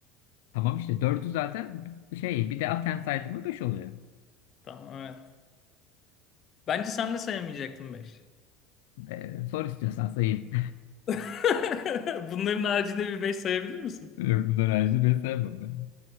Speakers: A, on the left; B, on the left.
A: Tamam işte. Dördü zaten şey. Bir de Athensay'dı mı beş oluyor.
B: Tamam evet. Bence sen de sayamayacaktın 5.
A: E, sor istiyorsan sayayım.
B: <laughs> Bunların haricinde bir 5 sayabilir misin?
A: <laughs> Yok, bunları ayrıca ben sevmem ben.